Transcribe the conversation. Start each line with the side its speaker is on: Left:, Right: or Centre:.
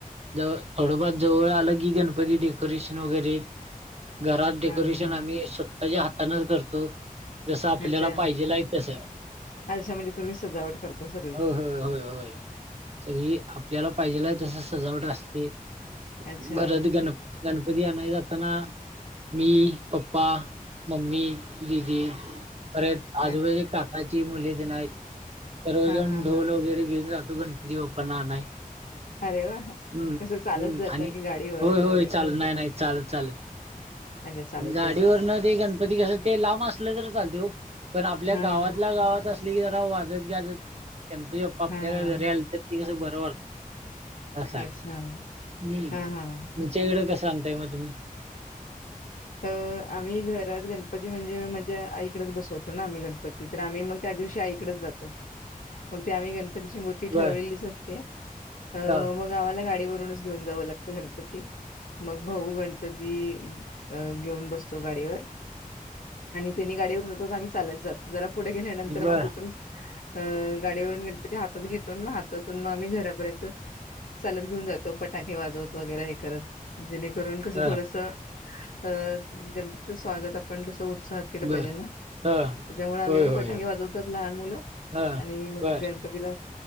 Right: थोडंफार जवळ आलं की गण पती डेकोरेशन वगैरे घरात डेकोरेशन
Left: हा हा हा
Right: आम्ही स्वत ताच्या हातानच करतो जसं आपल्याला
Left: अच्छा
Right: पाहिजेल आहे तसं
Left: अच्छा म्हणजे तुम्हीच सजावट करता सगळी
Right: होय होय होय होय सगळी आपल्याला पाहिजेल आहे तस सजावट असते
Left: अच्छा.
Right: परत गण गणपती आनाय जाताना मी, पप्पा, मम्मी, दिदी परत
Left: हा
Right: आजूबाजीची काकाची मुले तेन हायेत, सर्वजन
Left: हा हा
Right: ढोल
Left: हा
Right: वगैरे घेऊन जातो. त गणपती बाप्पांना आणाय.
Left: अरे वा!
Right: हम्म
Left: कसं चालत
Right: हम्म
Left: जाता
Right: आणि
Left: की गाडी वगैरे?
Right: होय होय
Left: घेऊन
Right: चाल नाही
Left: जाता?
Right: नाही, चालत चालत
Left: अच्छा चालत
Right: गाडीवरनं
Left: जाताय.
Right: ते गण पती कसं ते लांब असलं तर, चालतंय ओ पण आपल्या
Left: हां,
Right: गावातल्या गावात आस लं की, जरा वाजत गाजत गणपती बाप्पा आपल्या
Left: हां.
Right: घरी आले तर, ते कसं बरं वाटतंय. आसं हाय,
Left: अच्छा.
Right: उम्
Left: हां, हां.
Right: उम ह. त कसं आणताय मग तुम्ही?
Left: अ आम्ही घरात गणपती म्हणजे माझ्या आईकडच बसवतो ना, आम्ही गणपती तर आम्ही मग त्या दिवशी आईकडच जातो. मग ते आम्ही गण पतीची मूर्ती
Right: बर
Left: ठरवलेलीच असते, अ
Right: हा
Left: मग गावाला गाडीव रूनच घेऊन जाव लागतं गणपती, मग भाऊ गणपती अ घेऊन बसतो गाडीवर आणि तेनी गाडीवरून जातात. आम्ही चालत जातो. जरा पुढे गेल्यानंतर
Right: बर
Left: मग तिथून अ गाडीवरून गणपती हातात घेतो आणि मग हातातून मग आम्ही घ रापर्यंत चालत घेऊन जातो, फटाके वाजवत वगैरा हे करत, जेणेकरून कसं
Right: हा
Left: थोडंसं अ गणपतीचं स्वागत आपण कसं, उत्साहात केलं
Right: बर
Left: पाहिजे ना.
Right: हा
Left: त्याच्यामुळे आम्ही
Right: होय
Left: मग
Right: होय
Left: फटाके
Right: होय.
Left: वाजवतात लहान मुलं
Right: हा
Left: आणि मग
Right: बर
Left: गणपतीला